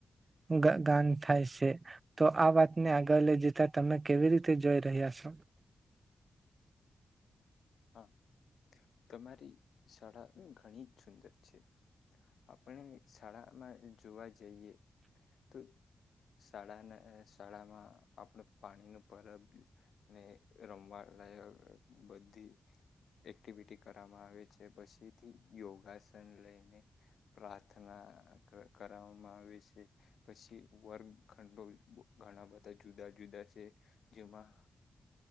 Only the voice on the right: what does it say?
ગ-ગાન થાય છે. તો આ વાતને આગળ લઈ જતા તમે કેવી રીતે જોઈ રહ્યા છો?